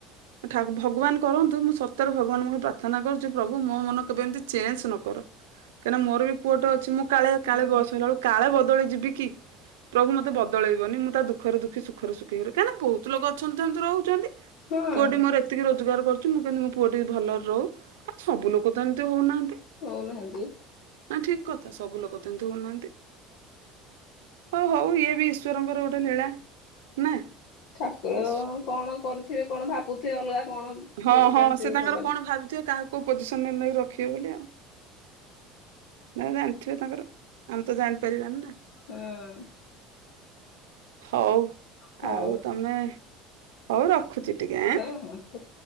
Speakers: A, on the right; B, on the left.
A: ମୁଁ ଠାକୁ ଭଗବାନ କରନ୍ତୁ ମୁଁ ସତରେ ଭଗବାନଙ୍କୁ ମୁଁ ପ୍ରାର୍ଥନା କରୁଛି, ପ୍ରଭୁ ମୋ ମନ କେବେ ଏମିତି ଚେଞ୍ଜ ନ କର। କାହିଁକିନା ମୋର ବି ପୁଅଟେ ଅଛି। ମୁଁ କାଳେ
B: ହୁଁ
A: କାଳେ ବୟସ ହେଲା ବେଳକୁ କାଳେ ବଦଳି ଯିବି କି। ପ୍ରଭୁ ମୋତେ ବଦଳେଇବନି, ମୁଁ ତା ଦୁଃଖରେ ଦୁଃଖୀ, ସୁଖରେ ସୁଖୀ ହେଇକି ରହେ। କାହିଁକିନା ବହୁତ ଲୋକ ଅଛନ୍ତି ତ ଏମତି ରହୁଛନ୍ତି।
B: ହଁ
A: ପୁଅଟି ମୋର ଏ ତିକି ରୋଜଗାର କରୁଚି, ମୁଁ କେମତି ମୋ ପୁଅ ଟିକି ଭଲରେ ରଉ। ଆ, ସବୁ ଲୋକ ତ ଏମିତି ହଉନାହାନ୍ତି।
B: ହଉ ନାହାଁନ୍ତି।
A: ନା ଠିକ କଥା ସବୁ ଲୋକ ତ ଏମିତି ହଉନାହାନ୍ତି। ହୋ ହଉ ଇଏ ବି ଈଶ୍ୱରଙ୍କର ଗୋଟେ ଲୀଳା ନା।
B: ଠାକୁର
A: ଇସ୍-
B: କଣ କରିଥିବେ। କଣ ଭାବୁଥିବେ ଅଲଗା କଣ।
A: ହଁ,
B: ସେ ଜାଣିଥିବେ
A: ହଁ ସେ ତାଙ୍କର
B: ଭଗବାନ।
A: କଣ ଭାବିଥିବେ କାହାକୁ କୋଉ ପୋଜିସନ୍ ନେ ନେଇକି ରଖିବେ ବୋଲି ଆଉ। ନା ଜାଣିଥିବେ ତାଙ୍କର, ଆମେ ତ ଜାଣିପାରିବାନି ନା।
B: ହଁ।
A: ହଉ
B: ହଉ
A: ଆଉ ତୋମେ ହଉ ରଖୁଛି। ଟିକେ ଆଁ।
B: ହଁ, ହଁ, ତୁ